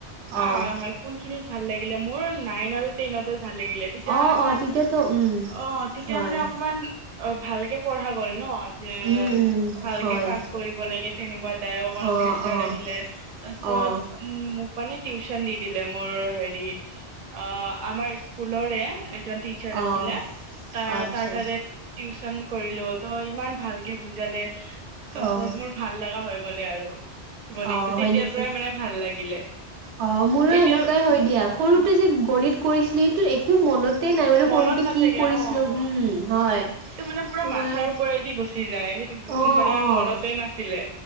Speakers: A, on the right; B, on the right.
A: আহ
B: অঁ
A: হয় কোন খিনিত ভাল লাগিলে মোৰ নাইন আৰু টেনতে ভাল লাগিলে, তেতিয়া
B: অঁ
A: মানে
B: অঁ
A: মই
B: তেতিয়াতো উম,
A: অ তেতিয়া
B: হয়
A: মানে অকমান অ, ভালকে পঢ়া গ'ল ন যে
B: উম উম,
A: ভালকে
B: হয়
A: পাছ কৰিব লাগে তেনেকুৱা এটাই অকণ
B: অঁ
A: প্ৰেচাৰ
B: অঁ
A: আহিলে তাৰপিছত
B: অঁ
A: মানে টিউচন দি দিলে মোৰ হেৰি অঁ, আমাৰ স্কুলৰে এজন টিচাৰ
B: অঁ
A: আছিলে তা
B: আচ্ছা
A: তাৰ তাতে টিউচন কৰিলো ত' ইমান ভালকে বুজালে তাৰ পিছত
B: অঁ
A: মোৰ ভাল লগা হৈ গলে আৰু গণিতটো
B: অঁ হয়
A: তেতিয়াৰ
B: নেকি
A: পৰাই মানে ভাল লাগিলে।
B: অঁ, মোৰো
A: এতিয়া
B: এনেকুৱাই হয় দিয়া, সৰুতে
A: অ
B: যে গণিত কৰিছিলো সেইটো একো মনত তে নাই মানে
A: মনত
B: সৰুতে
A: নাথাকে
B: কি কৰিছিলো
A: অ অ
B: উম হয়
A: সেইটো মানে পুৰা
B: তোমাৰ
A: মাথাৰ ওপৰেদি গুচি যায় সেইটো
B: অঁ
A: মানে
B: অঁ
A: মনতে নাছিলে।